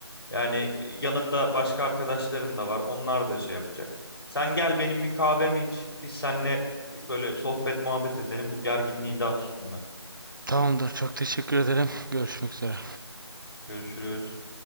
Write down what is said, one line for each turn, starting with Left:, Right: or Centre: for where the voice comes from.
Left: Yani e, yanında başka arkadaşların da var, onlar da şey yapacak. Sen gel benim bir kahvemi iç, biz seninle e, böyle sohbet muhabbet edelim, bu gerginliği de at üstünden.
Right: Tamamdır. Çok teşekkür ederim. Görüşmek üzere.
Left: Görüşürüz.